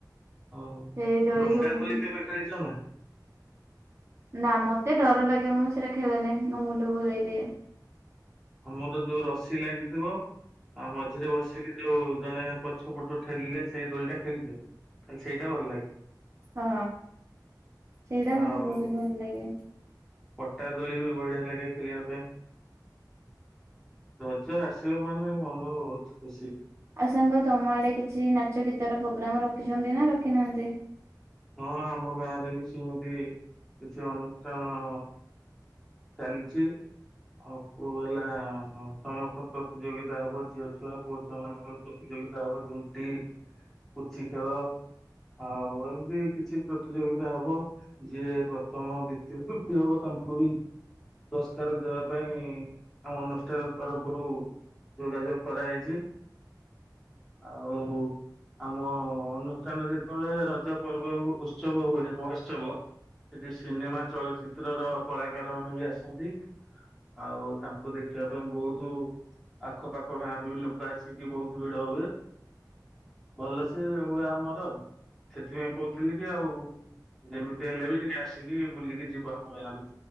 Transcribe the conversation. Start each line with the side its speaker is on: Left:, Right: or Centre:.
Centre: ହଉ
Right: ସେଇ ଦୋଳି
Centre: ଡଙ୍ଗା
Right: ସବୁ
Centre: କରି କେବେ ଖେଳିଛ ନା?
Right: ନା ମତେ ଡର ଲାଗେ ମୁଁ ସେଇଟା ଖେଳନାହିଁ ମୋ ମୁଣ୍ଡ ବୁଲେଇ ଦିଏ।
Centre: ଆମର ଯୋଉ ରସି ଲାଗିଥିବ ଆଉ ମଝିରେ ବସିକି ଯୋଉଁ ଜଣେ ପଛ ପଟୁ ଠେଲିଲେ ସେଇ ଦୋଳିଟା ଖେଳିଚୁ? ସେଇଟା ଭଲ ଲାଗେ।
Right: ହଁ ସେଇଟା
Centre: ଆଉ
Right: ମତେ ବହୁତ୍ ଭଲ ଲାଗେ।
Centre: ପଟା ଦୋଳି ବି ବଢିଆ ଲାଗେ ଖେଳିବା ପାଇଁ। ରଜ ଆସିବ ମାନେ ମନ ବହୁତ୍ ଖୁସି।
Right: ଆଉ ସାଙ୍ଗ ତମ ଆଡ଼େ କିଛି ନାଚ ଗୀତର ପ୍ରୋଗ୍ରାମ ରଖିଚନ୍ତି ନା ରଖିନାହାନ୍ତି?
Centre: ହଁ ଆମ ଗାଁରେ ବି ସେମିତି କିଛି ଅନୁଷ୍ଠାନ ଚାଲିଚି। ଆଉ କଉ ହେଲା ସମସ୍ତ ପ୍ରତିଯୋଗିତା ହବ ଝିଅ ଛୁଆ ପୁଅ ଛୁଆ ମାନଙ୍କ ପ୍ରତିଯୋଗିତା ହବ ଝୁଣ୍ଟି, ପୁଚି ଖେଳ ଆଉ ଏମିତି କିଛି ପ୍ରତିଯୋଗିତା ହବ। ଯିଏ ପ୍ରଥମ, ଦ୍ଵିତୀୟ, ତୃତୀୟ ହବ ତାଙ୍କୁ ବି ପୁରସ୍କାର ଦେବା ପାଇଁ ଆମ ଅନୁଷ୍ଠାନ ତରଫରୁ ଯୋଗାଯୋଗ କରାହେଇଚି ଆଉ ଆମ ଅନୁଷ୍ଠାନ ଯେତେବଳେ ରଜ ପର୍ବ ଉ-ଉତ୍ସବ ହୁଏ ମହୋତ୍ସବ ସେଠି ସିନେମା ଚଳଚିତ୍ର ର କଳାକାର ମାନେ ବି ଆସନ୍ତି। ଆଉ ତାଙ୍କୁ ଦେଖିବା ପାଇଁ ବହୁତୁ ଆଖପାଖ ଗାଁରୁ ବି ଲୋକ ଆସିକି ବହୁତୁ ଭିଡ ହୁଏ। ଭଲ ସେ ହୁଏ ଆମର ସେଥିପାଇଁ କହୁଥିଲି କି ଆଉ ଯେମିତି ହେଲେ ବି ଟିକେ ଆସିକି ବୁଲିକି ଯିବ ଆମ ଗାଁରୁ